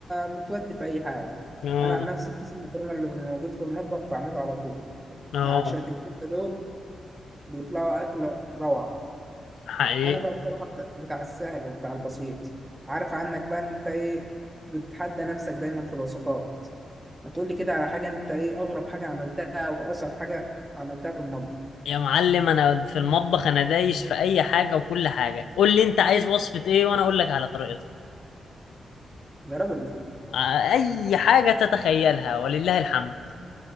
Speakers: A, on the right; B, on the left.
A: بتودي في اي حاجه
B: اه
A: انا عن نفسي كيس المكرونه اللي موجود في المطبخ بعمله على طول
B: اه
A: مع الشات الكوتة دول بيطلعوا اكله روعه
B: حقيقي
A: انا بقى بصراحه بتاع بتاع السهل وبتاع البسيط عارف عنك بقى انت ايه بتتحدى نفسك دايما في الوصفات ما تقولي كده على حاجه انت ايه اغرب حاجه عملتها واصعب حاجه عملتها في المطبخ
B: يا معلم انا في المطبخ انا دايس في اي حاجه وكل حاجه قول لي انت عايز وصفه ايه وانا اقول لك على طريقتها
A: يا راجل لا
B: ع- اي حاجه تتخيلها ولله الحمد